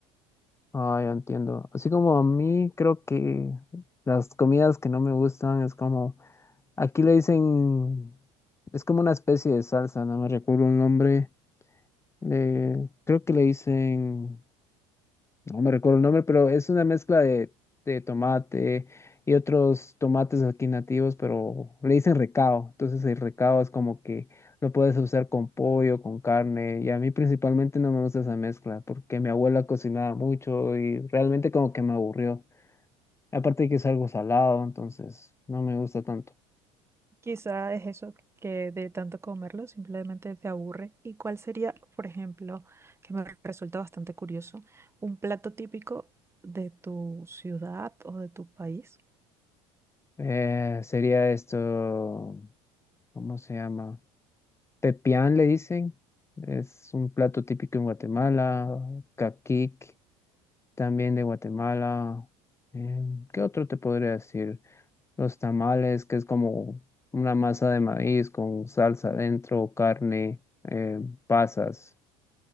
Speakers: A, on the left; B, on the right.
A: Ah, ya entiendo. Así como a mí creo que las comidas que no me gustan es como, aquí le dicen, es como una especie de salsa, no me recuerdo el nombre. le- creo que le dicen No me recuerdo el nombre, pero es una mezcla de, de tomate y otros tomates aquí nativos, pero le dicen recao. Entonces el recao es como que lo puedes usar con pollo, con carne. Y a mí principalmente no me gusta esa mezcla porque mi abuela cocinaba mucho y realmente como que me aburrió. Aparte de que es algo salado, entonces no me gusta tanto.
B: Quizá es eso que de tanto comerlo simplemente te aburre. ¿Y cuál sería, por ejemplo, que me resulta bastante curioso, un plato típico de tu ciudad o de tu país?
A: Eh, sería esto, ¿cómo se llama? Pepián le dicen. Es un plato típico en Guatemala, caquic. También de Guatemala. eh, ¿qué otro te podría decir? Los tamales, que es como una masa de maíz con salsa adentro, carne, eh, pasas.